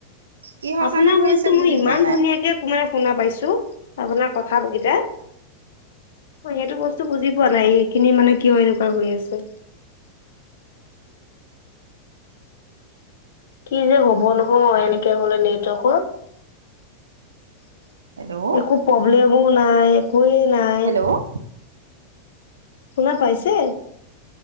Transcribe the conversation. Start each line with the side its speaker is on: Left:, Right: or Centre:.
Right: কিহৰ
Left: আপোনাৰ
Right: কাৰণে হৈ
Left: ভইচটো
Right: আছে
Left: মই
Right: বুজি
Left: ইমান
Right: পোৱা নাই।
Left: ধুনীয়াকে শুনা পাইছোঁ, আপোনাক কথা কেইটা। ত সেইটো বস্তু বুজি পোৱা নাই, এইখিনি মানে কিয় এনেকুৱা হৈ আছে? <inaudible> কি যে হ'ব নহয়, এনেকে হ'লে নেটৱৰ্কৰ
Right: হেল্ল'
Left: একো প্ৰব্লেমো নাই, একো একোৱে নাই,
Right: হেল্ল'
Left: শুনা পাইছে?